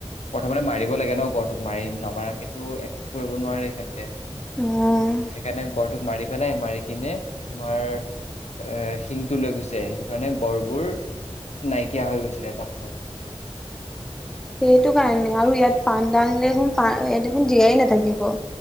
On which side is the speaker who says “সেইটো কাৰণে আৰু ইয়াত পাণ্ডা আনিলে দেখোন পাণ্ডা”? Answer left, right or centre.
Centre